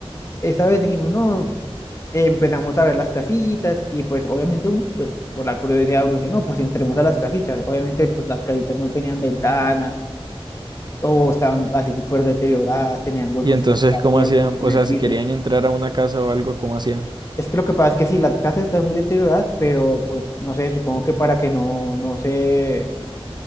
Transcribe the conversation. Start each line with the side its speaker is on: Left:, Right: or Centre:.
Left: esa vez dijimos, no, eh, empezamos a ver las casitas y pues obviamente uno, pues por la curiosidad uno dice, no, pues entremos a las casitas. Obviamente pues las casitas no tenían ventanas o estaban así súper deterioradas, tenían huecos
Right: Y entonces,
Left: en las
Right: ¿cómo
Left: paredes,
Right: hacían?
Left: huecos
Right: O
Left: en
Right: sea,
Left: el piso.
Right: si querían entrar a una casa o algo, ¿cómo hacían?
Left: Es que lo que pasa es que si las casas están muy deterioradas, pero pues no sé, supongo que para que no, no se,